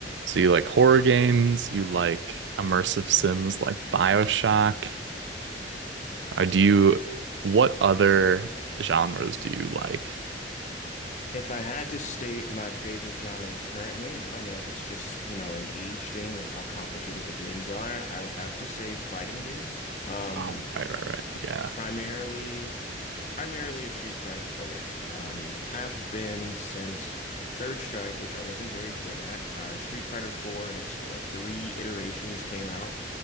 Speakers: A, on the right; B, on the left.
A: So you like horror games, you like immersive sims like BioShock. Uh, do you, what other genres do you like?
B: If I had to state my favorite genre currently, and I don't know if it's just, you know, an age thing or how complicated the games are, I would have to say fighting games. Um,
A: Oh, right, right, right. Yeah.
B: primarily. Primarily a Street Fighter player. Um, have been since Third Strike, which I wasn't very good at. Uh, Street Fighter 4 and its what three iterations came out.